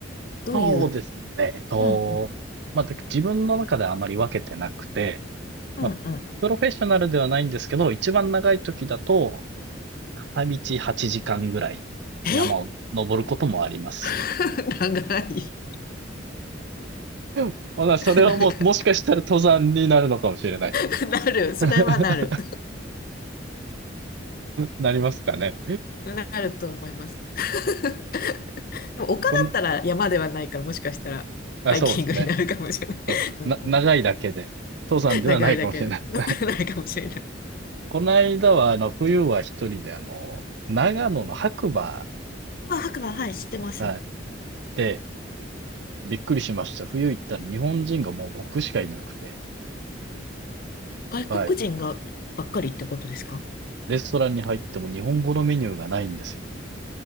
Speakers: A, on the left; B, on the right.
A: どういう、
B: そうですね。えっと、
A: うん、うん、
B: まあ、だ自分の中ではあまり分けてなくて、
A: うん、
B: まあ、
A: うん。
B: プロフェッショナルではないんですけど、一番長い時だと、片道8時間ぐらい山を登ることもあります。
A: え <laughs> 長い
B: <laughs> ほなそれはもう、
A: なんか
B: もしかしたら登山になるのかもしれないです。
A: <laughs>、なる。それはなる。
B: <laughs> なりますかね。
A: なると思います。<laughs> でも丘だったら山ではないから、
B: この
A: もしかしたらハイキングになるかもしれない。
B: あ、そうですね。
A: <laughs>
B: そうな、
A: うんうん
B: 長いだけで、登山ではないかもしれない。
A: 長いだけないかもしれない。
B: <laughs> この間は、あの、冬は一人で、あの、長野の白馬、
A: あ、白馬、はい、知ってます。
B: はい、行って、びっくりしました。冬行ったら日本人がもう僕しかいなくて、
A: 外国人がばっかりってことですか
B: はい。レストランに入っても日本語のメニューがないんですよ。